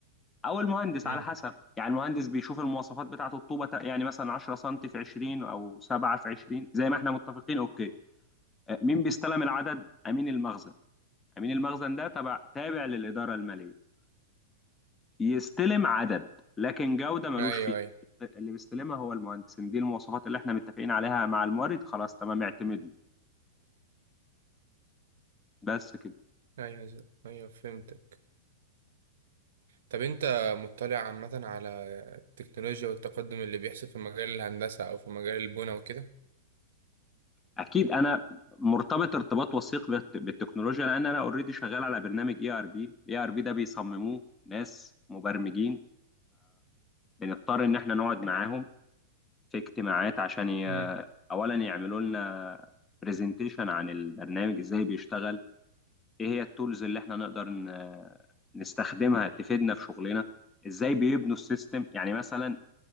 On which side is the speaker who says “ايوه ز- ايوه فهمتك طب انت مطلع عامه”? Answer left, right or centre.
Right